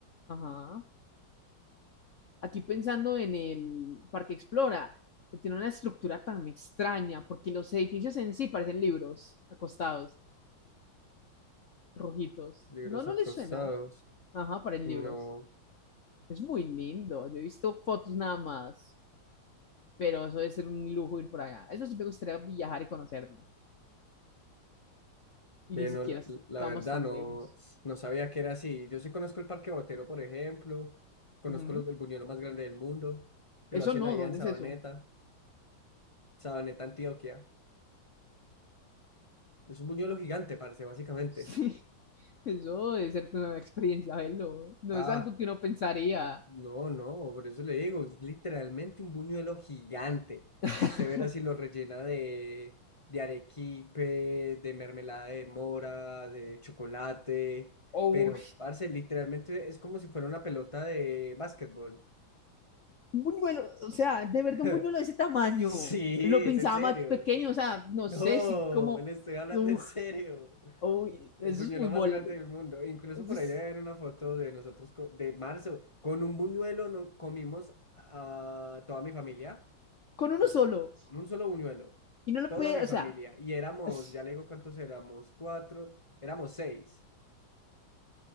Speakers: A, on the left; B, on the left.
A: Ajá. Aquí pensando en el Parque Explora, que tiene una estructura tan extraña, porque los edificios en sí parecen libros acostados, rojitos.
B: Libros
A: No, no
B: acostados.
A: les suena. Ajá, parecen
B: No,
A: libros. Es muy lindo. Yo he visto fotos nada más, pero eso debe ser un lujo ir por allá. Eso sí me gustaría viajar y conocerlo. Y
B: ve,
A: ni siquiera
B: no, la,
A: estamos
B: la verdad
A: tan
B: no,
A: lejos.
B: no sabía que era así. Yo sí conozco el Parque Botero, por ejemplo. Conozco
A: Ujú.
B: los, el buñuelo más grande del mundo. Que
A: Eso
B: lo hacen
A: no,
B: allá
A: ¿dónde
B: en Sabaneta,
A: es eso?
B: Sabaneta, Antioquia. Es un buñuelo gigante, parece, básicamente.
A: <laughs> Sí, eso debe ser una experiencia, velo. No
B: Ah,
A: es algo que uno pensaría.
B: No, no, por eso le digo, literalmente un buñuelo gigante.
A: <laughs>
B: Y usted verá si lo rellena de, de arequipe, de mermelada de mora, de chocolate.
A: O
B: Pero, parce, literalmente es como si fuera una pelota de básquetbol.
A: un buñuelo, o sea, de verdad
B: <laughs>
A: un buñuelo de ese tamaño.
B: Sí,
A: Lo pensaba
B: es en serio.
A: más pequeño, o sea, no
B: No,
A: sé si como,
B: le estoy hablando
A: uf,
B: en serio.
A: uy,
B: El
A: eso
B: buñuelo
A: es muy bol,
B: más grande del mundo. Incluso
A: eso
B: por
A: es
B: ahí debe haber una foto de nosotros co- de marzo. Con un buñuelo no comimos a toda mi familia.
A: con uno
B: to-
A: solo.
B: con un solo buñuelo,
A: Y no lo
B: toda
A: puede,
B: mi
A: o
B: familia,
A: sea,
B: y éramos,
A: es-
B: ya le digo cuántos éramos, cuatro, éramos seis,